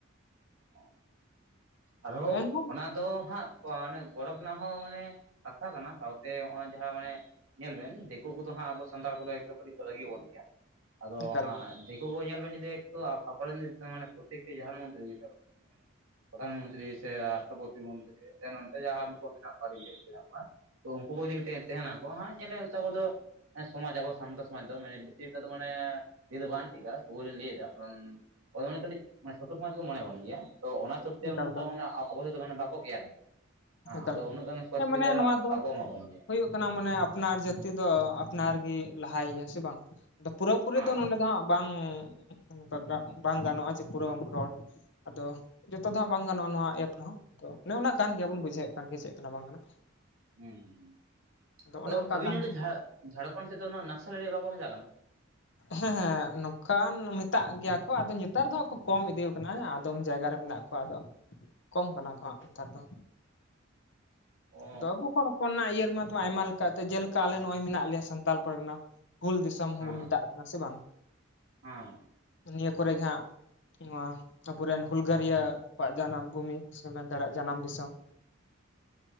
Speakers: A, on the right; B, on the left.
A: ᱚᱸ᱾ ᱟᱨᱦᱚᱸ
B: ᱟᱫᱚ ᱮᱱᱦᱚᱸ
A: ᱚᱱᱟ ᱫᱚ ᱦᱟᱸᱜ ᱚᱸ ᱚᱱᱮ ᱜᱚᱨᱚᱵᱽ ᱨᱮᱱᱟᱜ ᱦᱚᱸ ᱢᱟᱱᱮ ᱠᱟᱛᱷᱟ ᱠᱟᱱᱟ, ᱛᱟᱣ ᱛᱮ ᱦᱚᱜᱼᱚᱣᱟ ᱡᱟᱦᱟᱸ ᱢᱟᱱᱮ ᱧᱮᱞ ᱵᱮᱱ ᱫᱤᱠᱩ ᱠᱚᱫᱚ ᱦᱟᱸᱜ ᱟᱵᱚ ᱥᱟᱱᱛᱟᱲ ᱠᱚᱫᱚ ᱮᱠᱫᱚᱢ ᱠᱟᱹᱴᱤᱡᱽ ᱠᱚ ᱨᱟᱹᱜᱤ ᱟᱵᱚᱱ᱾ ᱟᱫᱚ
B: ᱮᱠᱟᱞ
A: ᱦᱟᱸᱜ, ᱫᱤᱠᱩ ᱠᱚ ᱧᱮᱞ ᱵᱮᱱ ᱡᱩᱫᱤ ᱮᱠᱴᱩ ᱟᱠᱚ ᱨᱮᱱ ᱢᱟᱱᱮ ᱯᱚᱛᱛᱮᱠᱴᱤ ᱡᱟᱦᱟ-ᱱ ᱢᱚᱱᱛᱮ ᱨᱮᱜᱤ ᱛᱟᱠᱚ᱾ ᱯᱨᱚᱫᱷᱟᱱ ᱢᱚᱱᱛᱨᱤ ᱥᱮ ᱨᱟᱥᱴᱨᱚᱯᱚᱛᱤ ᱢᱚᱱᱛᱨᱤ ᱱᱚᱱᱛᱮ ᱡᱟᱦᱟᱸ ᱢᱩᱠᱷᱚ ᱢᱚᱱᱛᱨᱤ ᱢᱮᱱᱟᱜ ᱠᱚᱣᱟ ᱟᱨᱦᱚᱸ ᱮᱢᱟᱱ ᱠᱚ ᱢᱮᱱᱟᱜ ᱠᱚᱣᱟ᱾ ᱛᱚ ᱩᱱᱠᱩ ᱠᱚ ᱤᱫᱤ ᱠᱟᱛᱮ ᱛᱟᱦᱮᱱᱟᱠᱚ ᱦᱟᱸᱜ ᱧᱮᱞᱮ ᱜᱮᱛᱟ ᱟᱵᱚ ᱫᱚ ᱥᱚᱢᱟᱡᱽ ᱟᱵᱚ ᱥᱟᱱᱛᱚ ᱥᱚᱢᱟᱡᱽ ᱫᱚ ᱢᱟᱱᱮ ᱵᱮᱥᱤᱨ ᱴᱟᱜ ᱫᱚ ᱢᱟᱱᱮ ᱤᱭᱟᱹ ᱫᱚ ᱵᱟᱝ ᱴᱷᱤᱠᱟ ᱛᱩᱵᱩ ᱞᱤᱧ ᱞᱟᱹᱭ ᱮᱫᱟ᱾ ᱮᱱᱮ ᱠᱟᱹᱴᱤᱡᱽ ᱢᱟᱱᱮ ᱪᱷᱳᱴᱳ ᱥᱚᱢᱟᱡᱽ ᱠᱚ ᱢᱚᱱᱮ ᱵᱚᱱ ᱜᱮᱭᱟ ᱛᱚ ᱚᱱᱟ ᱦᱤᱥᱟᱹᱵ ᱛᱮ
B: ᱮᱠᱟᱞ
A: ᱩᱱᱟᱹᱜ
B: ᱮᱠᱟᱞ
A: ᱴᱟ ᱢᱟᱱᱮ ᱟᱵ ᱟᱵᱚ ᱛᱮᱫᱚ ᱢᱟᱱᱮ ᱵᱟᱠᱚ ᱠᱮᱭᱟᱨ ᱜᱮᱭᱟ᱾ ᱦᱮᱸ
B: ᱮᱠᱟᱞ
A: ᱟᱫᱚ
B: ᱮᱠᱟᱞ᱾
A: ᱩᱱᱟᱹᱜ ᱜᱟᱱ ᱥᱩᱡᱳᱜᱽ
B: ᱦᱮᱸ,
A: ᱥᱩᱵᱤᱫᱷᱟ
B: ᱢᱟᱱᱮ ᱱᱚᱣᱟ ᱫᱚ
A: ᱵᱟᱠᱚ ᱮᱢᱟ ᱵᱚᱱ ᱜᱮᱭᱟ
B: ᱦᱩᱭᱩᱜ ᱠᱟᱱᱟ ᱢᱟᱱᱮ ᱟᱯᱱᱟᱨ ᱡᱟᱹᱛ ᱛᱤ ᱫᱚ ᱟᱯᱱᱟᱨ ᱜᱮ ᱞᱟᱦᱟᱭᱮᱭᱟ ᱥᱮ ᱵᱟᱝ? ᱟᱫᱚ ᱯᱩᱨᱟᱹᱯᱩᱨᱤ
A: ᱦᱮᱸ
B: ᱫᱚ ᱱᱚᱸᱰᱮ ᱫᱚ ᱦᱟᱸᱜ ᱵᱟᱝ᱾ ᱱᱚᱝᱠᱟ ᱜᱟᱜ ᱵᱟᱝ ᱜᱟᱱᱚᱜ-ᱟ ᱡᱮ, ᱯᱩᱨᱟᱹ ᱵᱟᱝ ᱵᱚᱱ ᱨᱚᱲ᱾ ᱟᱫᱚ ᱡᱚᱛᱚ ᱫᱚ ᱦᱟᱸᱜ ᱵᱟᱝ ᱜᱟᱱᱚᱜ-ᱟ ᱱᱚᱣᱟ ᱮᱯ ᱨᱮᱦᱚᱸ᱾ ᱛᱚ ᱚᱱᱮ ᱚᱱᱟ ᱠᱟᱱ
A: ᱦᱩᱸ
B: ᱜᱮᱭᱟ ᱵᱚᱱ ᱵᱩᱡᱷᱟᱹᱣ ᱮᱫ ᱠᱟᱱ ᱜᱮᱭᱟ ᱪᱮᱫ ᱠᱟᱱᱟ ᱵᱟᱝ ᱠᱟᱱᱟ?
A: ᱦᱩᱸᱦᱩᱸ, ᱟᱫᱚ
B: ᱚᱱᱮ ᱚᱱᱠᱟ
A: ᱟᱹᱵᱤᱱ
B: ᱠᱟᱱ
A: ᱱᱚᱸᱰᱮ
B: ᱜᱮᱭᱟ
A: ᱡᱷᱟᱲ ᱡᱷᱟᱲᱠᱷᱚᱱᱰ ᱥᱮᱫ ᱫᱚ ᱚᱱᱟ ᱱᱟᱥᱮᱞ ᱮᱨᱤᱭᱟ ᱵᱟᱠᱚ ᱢᱮᱛᱟᱜ ᱠᱟᱱᱟ᱾
B: ᱦᱮᱸ ᱦᱮᱸ, ᱱᱚᱝᱠᱟᱱ ᱢᱮᱛᱟᱜ ᱜᱮᱭᱟ ᱠᱚ᱾ ᱟᱫᱚ ᱱᱮᱛᱟᱨ ᱫᱚ ᱦᱟᱸᱜ ᱠᱚ ᱠᱚᱢ ᱤᱫᱤ ᱟᱠᱟᱱᱟ, ᱟᱫᱚᱢ ᱡᱟᱭᱜᱟ ᱨᱮ ᱢᱮᱱᱟᱜ ᱾ ᱠᱚᱣᱟ ᱫᱚ ᱠᱚᱢ ᱠᱟᱱᱟ ᱠᱚᱦᱟᱸᱜ ᱱᱮᱛᱟᱨ ᱫᱚ
A: ᱚ
B: ᱫᱚ ᱟᱵᱩ ᱦᱚᱲ ᱚᱱᱱᱟ ᱤᱭᱟᱹᱨᱮᱢᱟ ᱛᱷᱚᱲᱟ ᱟᱭᱢᱟ ᱞᱮᱠᱟ ᱛᱮ ᱡᱮᱞᱮᱠᱟ ᱟᱞᱮ ᱱᱚᱜᱼᱚᱭ ᱢᱮᱱᱟᱜ ᱞᱮᱭᱟ ᱥᱟᱱᱛᱟᱲ ᱯᱚᱨᱜᱟᱱᱟ ᱦᱩᱞ ᱫᱤᱥᱚᱢ ᱦᱚᱸᱵᱚᱱ
A: ᱦᱮᱸ
B: ᱢᱮᱛᱟᱜ ᱱᱟᱥᱮ ᱵᱟᱝ
A: ᱦᱮᱸ
B: ᱱᱤᱭᱟᱹ ᱠᱚᱨᱮ ᱜᱮ ᱦᱟᱸᱜ ᱱᱚᱣᱟ ᱟᱵᱚᱨᱮᱱ ᱦᱩᱞᱜᱟᱹᱨᱤᱭᱟᱹ ᱠᱚᱣᱟᱜ ᱡᱟᱱᱟᱢ ᱵᱷᱩᱢᱤ ᱥᱮ ᱢᱮᱱ ᱫᱟᱲᱮᱭᱟᱜ ᱡᱟᱱᱟᱢ ᱫᱤᱥᱚᱢ᱾